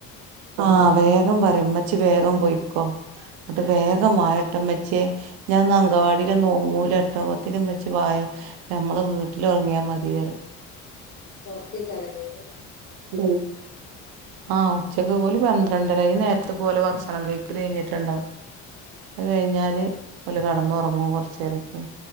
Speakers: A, on the right (about 75°); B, on the left (about 35°).
A: ആഹ വേഗം പറയും മച്ച വേഗം പോൊയിക്കോ അട്ട് വേഗമായിട്ടമ്മച്ചേ ഞാൻ വാടിലന്നോങ്ങൂല
B: ഉം
A: എട്ടകത്തിും വ വായോ നമ്മളെ വീട്ടില ഉറങ്ങിയാ മതിയറി
B: ഉറക്കിക്കാാരല്ലോ ഒരു
A: ഉ ആഹ ഉച്ചക്ക് പോലെ പന്ത്രണ്ടരായി നേരത്തെ പോലെ ഭക്ഷണം കഴിക്ക കഴിഞ്ഞിട്ടുണ്ടാവും അത് കഴിഞ്ഞാല് പോ കടന്ന ഉറങ്ങും കുറച്ചു നേേരൊക്കെ